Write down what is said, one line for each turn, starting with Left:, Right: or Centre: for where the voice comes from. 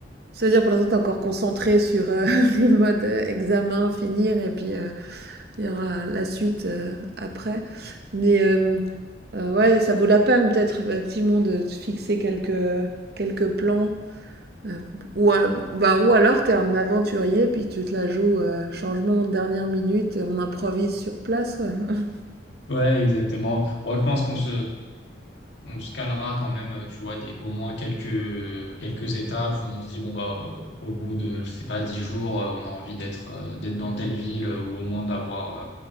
Right: ça veut dire pour l'instant tu es encore concentré sur, heu, <laughs> le mode, heu, examen, finir et puis, heu, il y aura la suite, heu, après. Mais, hem, heu, ouais, ça vaut la peine peut-être effectivement de se fixer quelques, quelques plans, heu, ou a bah, ou alors tu es un aventurier puis tu te la joues, heu, changement dernière minute, on improvise sur place, ouais. <laughs>
Left: Ouais, exactement. Ouais, je pense qu'on se, on se calera quand même, euh, tu vois, des, au moins quelques, quelques étapes où on se dit, bon, bah, euh, au bout de, je sais pas, dix jours, euh, on a envie d'être euh, d'être dans telle ville euh, ou au moins d'avoir euh,